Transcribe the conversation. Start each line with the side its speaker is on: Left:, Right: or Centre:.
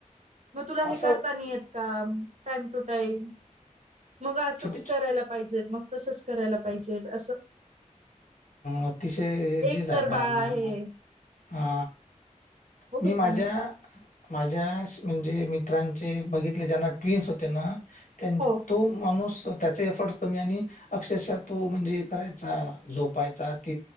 Right: मग तुला हे
Left: असं
Right: करता नाही येत. का टाईम टू टाईम मग असंच
Left: छोटे
Right: करायला पाहिजे मग तसंच करायला पाहिजे असं.
Left: अतिशय
Right: एक
Left: जे जाघा
Right: तर बाळ
Left: ना
Right: आहे
Left: <inaudible> हा
Right: हो
Left: मी
Right: बेटा
Left: माझ्या माझ्या म्हणजे मित्रांचे बघितले ज्यांना ट्विन्स होते ना.
Right: हो
Left: तो माणूस त्याचे एफर्ट कमी आणि अक्षरशः तो म्हणजे करायचा. झोपायच्या आत